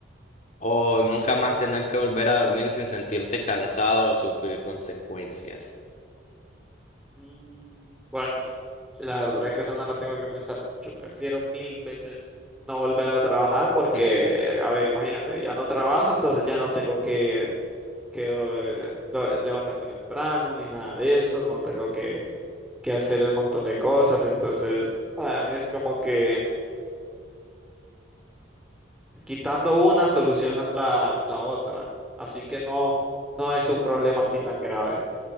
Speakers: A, on the left (about 35°); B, in the centre.
A: o nunca más tener que volver a dormir sin sentirte cansado o sufrir consecuencias?
B: Mm, Bueno, la verdad que esa no la tengo que pensar mucho. Prefiero mil veces no volver a trabajar porque,
A: Mm.
B: a ver, imagínate, ya no trabajo, entonces ya no tengo que, que eh, do- levantarme temprano ni nada de eso. No tengo que, que hacer un montón de cosas. Entonces, ah, es como que. Quitando una, solucionas la, la otra. Así que no, no es un problema así tan grave.